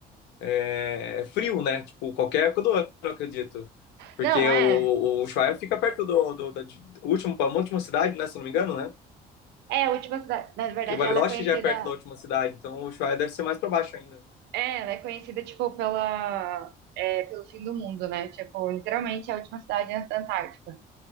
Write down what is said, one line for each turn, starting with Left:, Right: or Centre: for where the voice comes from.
Left: é, é frio, né? Tipo, qualquer época do ano, eu acredito. Porque
Right: Não, é.
Left: o, o Ushuaia fica perto do, do, da de- último, a última cidade, né? Se eu não me engano, né?
Right: É, a última cidade. Na verdade,
Left: Porque Bariloche
Right: ela é conhecida...
Left: já é perto da última cidade, então o Ushuaia deve ser mais para baixo ainda.
Right: É, ela é conhecida, tipo, pela... é, pelo fim do mundo, né? Tipo, literalmente é a última cidade antes da Antártica.